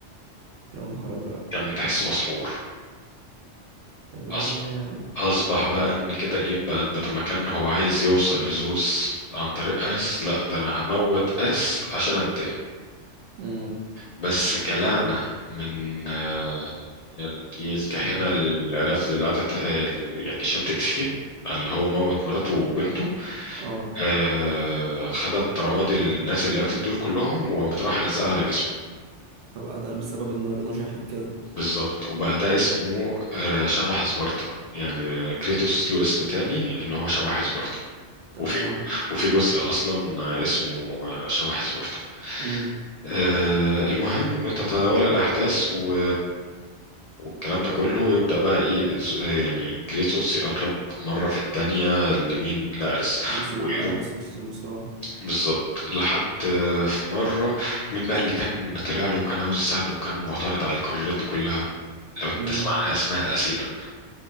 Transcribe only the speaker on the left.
كان تحسه مسحور
أص- أصبح بقى إن كده إيه بقى ده لما كان هو عايز يوصل لزوس عن طريق أرس لأ ده أنا هموت أرس عشان أنتقم
بس كلعنة من آه، من ال- إيه الكاهنة العيلات اللي قعدت ال- يعني شمتت فيه اللي هو موت مراته وبنته
آه خدت رماد الناس اللي ماتت دول كلهم وقامت رايحة لازقة على جسمه
بالظبط وبقى ده اسمه آه، شبح سبارتا يعني كريتوس له اسم تاني ان هو شبح سبارتا
وفي جو- وفي جزء اصلا آه، اسمه آه، شبح سبارتا
آه، المهم تتوالى الاحداث و... والكلام ده كله يبدأ بقى ايه ز- يعني كريتوس يقرب مرة في التانية لمين لأرس
ويرو
بالظبط لحد في مرة مين بقى اللي كان طلع له وكان عاوز يساعده وكان معترض على القرارات دي كلها لو
تسمع عنها اسمها أثينا